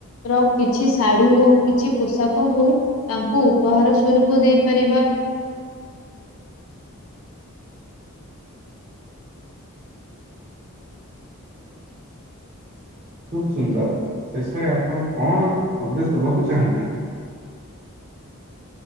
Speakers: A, on the left; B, on the right.
A: ର କିଛି ଶାଢୀ ହଉ, କିଛି ପୋଷାକ ହଉ, ତାଙ୍କୁ ଉପହାର ସ୍ୱରୂପ ଦେଇପାରିବା।
B: ଖୁବ୍ ସୁନ୍ଦର! ଶେଷରେ ଆପଣ କଣ ସନ୍ଦେଶ ଦେବାକୁ ଚାହାଁନ୍ତି?